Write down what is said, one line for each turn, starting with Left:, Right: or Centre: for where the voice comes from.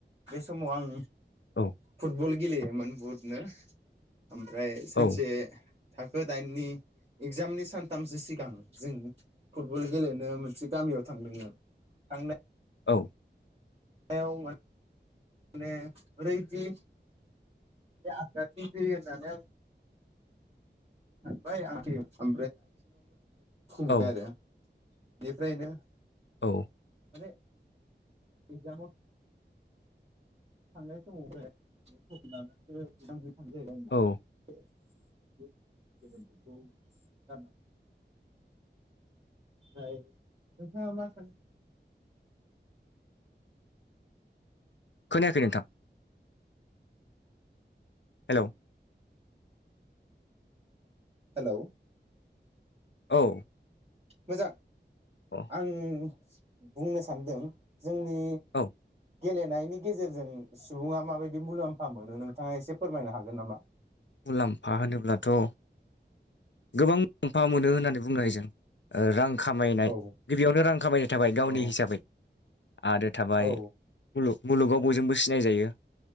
Right: बे समाव आं
Left: औ
Right: फुटबल गेलेयोमान बुहुतनो ओमफ्राय सानसे
Left: औ
Right: थाखो दाइननि इगजामनि सानथामसो सिगां जों फुटबल गेलेनो मोनसे गामियाव थांदोंमोन थांनाय
Left: औ
Right: <unintelligible> माने ब्रैजि आगदाथिं जोयो होननानै आं <unintelligible> दुखु मोनो
Left: औ
Right: आरो बेफ्रायनो
Left: औ
Right: माने एक्जामाव <unintelligible> <unintelligible>
Left: औ
Right: <inaudible> ओमफ्राय नोंथाङा मा सानो
Left: खोनायाखै नोंथां हेलौ
Right: हेल'
Left: औ
Right: मोजां
Left: अ
Right: ओ बुंनो सानदों जोंनि
Left: औ
Right: गेलेनायनि गेजेरजों सुबुङा माबायदि मुलाम्फा मोनो नोंथाङा एसे फोरमायनो हागोन नामा?
Left: मुलाम्फा होनोब्लाथ' गोबां मुलाम्फा मोनो होननानै बुंनो हायो जों ओ रां खामायनाय
Right: औ
Left: गिबियावनो रां खामायनाय थाबाय गावनि
Right: औ
Left: हिसाबै आरो थाबाय
Right: औ
Left: खुलु मुलुगाव बयजोंबो सिनायजायो।